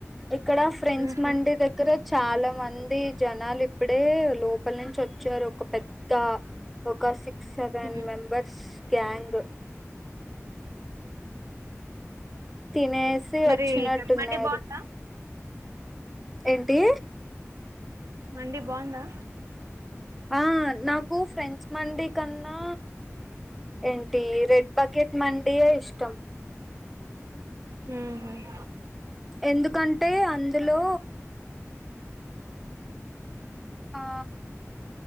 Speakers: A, in the centre; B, on the right (about 75°).
A: ఇక్కడ ఫ్రెండ్స్
B: ఉహు
A: మండి దగ్గర చాలా మంది జనాలు ఇప్పుడే లోపల నుంచి వచ్చారు ఒక పెద్ద ఒక సిక్స్ సెవెన్
B: ఉమ్
A: మెంబర్స్ గ్యాంగ్ తినేసి
B: మరి
A: వచ్చినట్టున్నారు
B: ఇక్కడ మండి బాగుందా
A: ఏంటి
B: మండి బాగుందా
A: ఆ నాకు ఫ్రెంచ్ మండి కన్నా ఏంటి రెడ్ బకెట్ మండి ఎ ఇష్టం
B: మ్మ్ హ్మ్
A: ఎందుకంటే అందులో ఆ